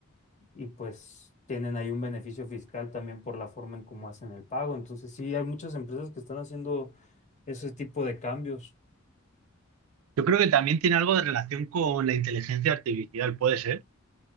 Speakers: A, on the left; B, on the right.
A: y pues tienen ahí un beneficio fiscal también por la forma en cómo hacen el pago. Entonces sí, hay muchas empresas que están haciendo ese tipo de cambios.
B: Yo creo que también tiene algo de relación con la inteligencia artificial, puede ser.